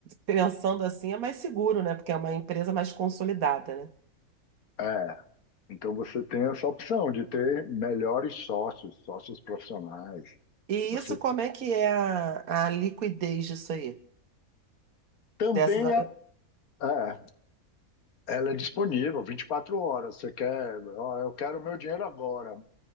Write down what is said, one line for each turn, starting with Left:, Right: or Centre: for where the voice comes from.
Right: pensando assim é mais seguro, né? Porque é uma empresa mais consolidada, né?
Left: É, então você tem essa opção de ter melhores sócios, sócios profissionais.
Right: E
Left: Você
Right: isso, como é que é a, a liquidez disso aí?
Left: também
Right: Dessas,
Left: é,
Right: eu-
Left: é, ela é disponível 24 horas. Você quer, ó, eu quero meu dinheiro agora.